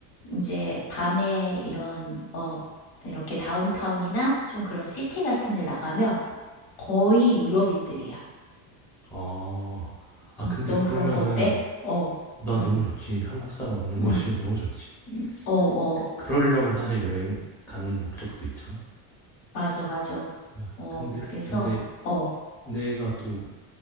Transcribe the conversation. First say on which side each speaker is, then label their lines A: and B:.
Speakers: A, on the left (about 80°); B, in the centre.
A: 이제 밤에 이런, 어, 이렇게 다운타운이나 좀 그런 시티 같은 데 나가면 거의 유럽인들이야.
B: 아. 아
A: 음,
B: 근데
A: 넌
B: 그러면은
A: 그런 거 어때? 어,
B: 나
A: 음,
B: 너무 좋지. 한국 사람 없는
A: 음,
B: <laughs> 곳이면 너무 좋지.
A: 음, 어, 어,
B: 그 그러려고 사실 여행 가는 목적도 있잖아.
A: 맞아, 맞아.
B: 네.
A: 어,
B: 근데
A: 그래서,
B: 근데
A: 어,
B: 내가 또